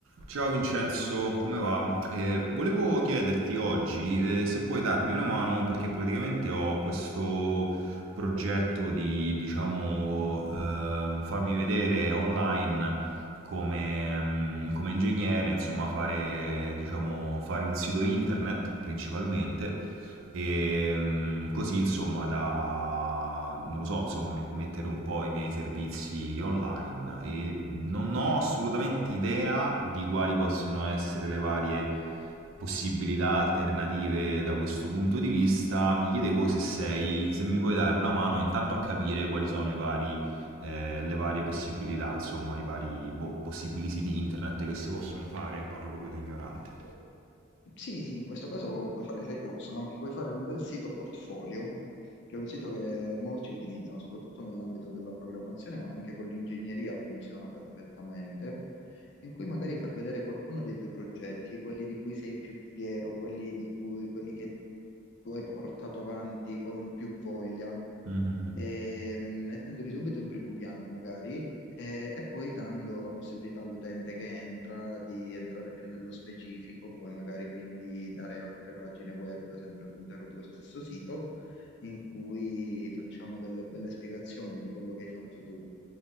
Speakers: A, on the right; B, on the left.
A: Ciao Vincenzo, come va? Eh, volevo chiederti oggi eh, se puoi darmi una mano perché praticamente ho questo progetto di, diciamo, eh, farmi vedere online come, mm, come ingegnere, insomma, fare, diciamo, fare un sito internet principalmente e mm, così, insomma, da, non lo so, insomma, met- mettere un po' i miei servizi online e non ho assolutamente idea di quali possono essere le varie possibilità alternative da questo punto di vista. Mi chiedevo se sei, se mi puoi dare una mano intanto a capire quali sono i vari, eh, le varie possibilità, insomma, i vari boh, possibili siti internet che si possono fare. Parlo proprio da ignorante.
B: Sì, sì, in questo caso puoi fare, sai cosa? Puoi fare un bel sito portfolio, che è un sito che molti utilizzano, soprattutto nell'ambito della programmazione, ma anche con l'ingegneria funziona perfettamente, in cui magari far vedere qualcuno dei tuoi progetti, quelli di cui sei più fiero, quelli di cui, quelli che tu hai portato avanti con più voglia
A: Mhm.
B: e, mh, mettendoli subito in primo piano magari e, e poi dando la possibilità all'utente che entra di entrare più nello specifico, poi magari quindi dare altre pagine web sempre all'interno dello stesso sito in cui facciamo delle belle spiegazioni di quello che hai fatto tu.